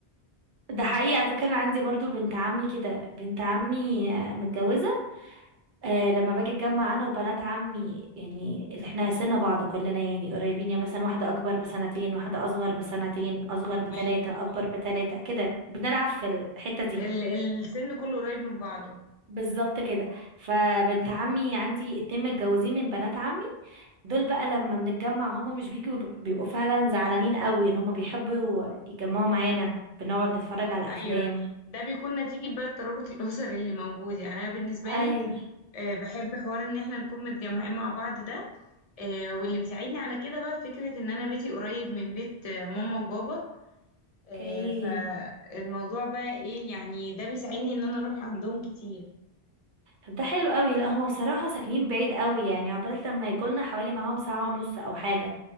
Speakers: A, on the right; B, on the left.
A: ده حقيقي على فكره انا عندي برضو بنت عمي كده بنت عمي آه، متجوزه آه لما باجي اتجمع انا وبنات عمي يعني احنا سن بعض كلنا يعني قريبين يعني مثلا واحده اكبر بسنتين واحده اصغر بسنتين اصغر بتلاتة
B: ايوه
A: اكبر بتلاتة كده بنلعب في الحته دي
B: ال السن كله قريب من بعضه
A: بالظبط كده فبنت عمي عندي اتنين متجوزين من بنات عمي دول بقى لما بنتجمع هما مش بيجوا بيبقوا بيبقوا فعلا زعلانين قوي ان هما بيحبوا يجمعوا معانا بنقعد نتفرج على افلام
B: ايوه ده بيكون نتيجة بقى الترابط الاسري اللي موجود يعني انا بالنسبه
A: ايوه
B: لي آه، بحب حوار ان احنا نكون متجمعين مع بعض ده آه، واللي بيساعدني على كده بقى فكرة ان انا بيتي قريب من بيت آه، ماما وبابا آه،
A: اوكي
B: فالموضوع بقى ايه يعني ده بيساعدني ان انا اروح عندهم كتير
A: طب ده حلو قوي لا هما بصراحة ساكنين بعيد قوي يعني عقبال لما يجولنا حوالي معاهم ساعة ونص او حاجة